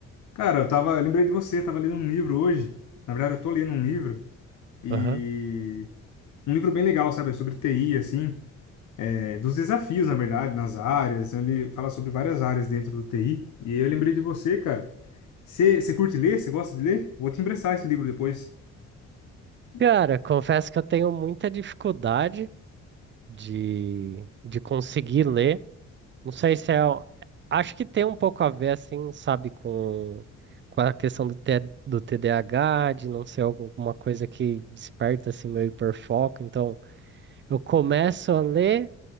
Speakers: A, on the left; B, on the right.
A: Cara, eu tava, eu lembrei de você, tava lendo um livro hoje. Na verdade, eu tô lendo um livro e
B: Aham.
A: um livro bem legal, sabe? Sobre TI, assim, é, dos desafios, na verdade, nas áreas. Então, Ele fala sobre várias áreas dentro do TI. E eu lembrei de você, cara. Você você curte ler? Você gosta de ler? Vou te emprestar esse livro depois. Uhum.
B: Cara, confesso que eu tenho muita dificuldade de, de conseguir ler. Não sei se é. o- Acho que tem um pouco a ver, assim, sabe, com, com a questão do, T, do TDAH, de não ser alguma coisa que desperta, assim, meu hiperfoco. Então, eu começo a ler.